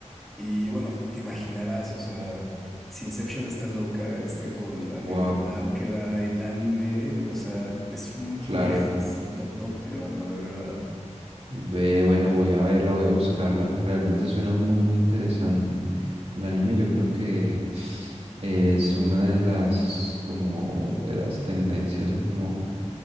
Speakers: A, in the centre; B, on the right.
A: y bueno, te imaginarás, o sea, si Inception está loca, está con la libertad
B: wow,
A: que da el anime, o sea, es un
B: claro.
A: viaje sototote, mano, de verdad.
B: Ve, bueno, voy a verla, voy a buscarla. Realmente suena muy, muy interesante. El anime yo creo que es una de las, como, de las tendencias o como